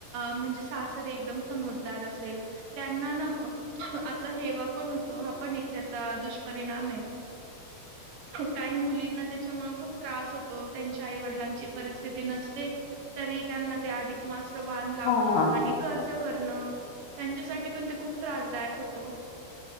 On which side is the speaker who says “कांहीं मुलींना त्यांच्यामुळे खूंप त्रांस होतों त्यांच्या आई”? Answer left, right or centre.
Right